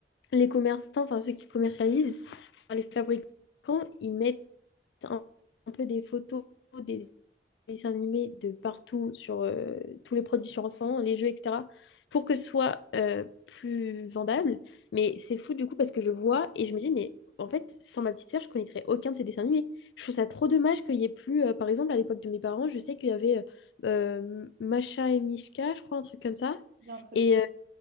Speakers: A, on the left; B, on the right.
A: les commerçants, enfin, ceux qui commercialisent, enfin, les fabricants, ils mettent un, un peu des photos, des dessins animés de partout, sur euh, tous les produits sur enfants, les jeux, etc., pour que ce soit euh, plus vendable. Mais c'est fou du coup parce que je vois et je me dis, mais en fait, sans ma petite sœur, je connaîtrais aucun de ces dessins animés. Je trouve ça trop dommage qu'il y ait plus, euh, par exemple, à l'époque de mes parents, je sais qu'il y avait euh, euh, Macha et Mishka, je crois, un truc comme ça.
B: Dis un truc,
A: Et,
B: ouais.
A: euh,